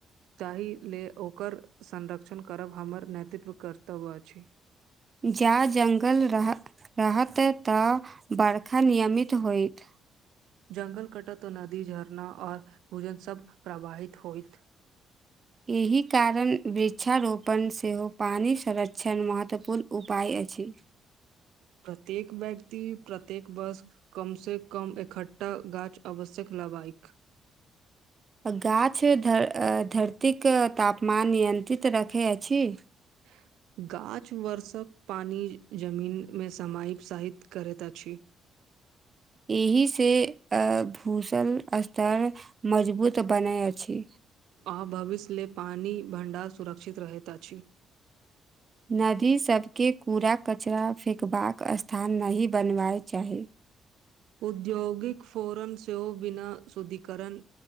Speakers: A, on the right; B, on the right.
A: ताहि ले ओकर संरक्षण करब हमर नेतृत्व कर्तव्य अछि।
B: जा जंगल रह रहत ता बरखा नियमित होयत
A: जंगल कटत तऽ नदी झरना और भोजन सब प्रवाहित होइत
B: एहि कारण वृक्षारोपण सेहो पानी संरक्षण महत्वपूर्ण उपाय अछि
A: प्रत्येक व्यक्ति प्रत्येक बस ' कम से कम एकठ्ठा गाछ आवश्यक लागायिक।
B: गाछ धरतीक तापमान नियन्त्रित रखै अछि।
A: <unintelligible> गाछ वर्षक पानी जमीन मे समयिप साहित करैत अछि।
B: एहि से अय भूषण स्तर मजबूत बनै अछि
A: आ भविष्य लेल पानी भण्डार सुरक्षित रहैत अछि
B: नदी सब के कूड़ा कचरा फेेकबाक स्थान नहि बनवा चाही
A: औद्योगिक फोरन सेहो बिना शुद्धिकरण